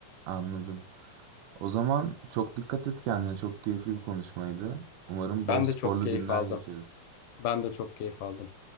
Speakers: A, on the right; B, on the left.
A: Anladım. O zaman çok dikkat et kendine. Çok keyifli bir konuşmaydı. Umarım bol
B: ben
A: sporlu
B: de çok keyif
A: günler
B: aldım
A: geçeriz.
B: ben de çok keyif aldım.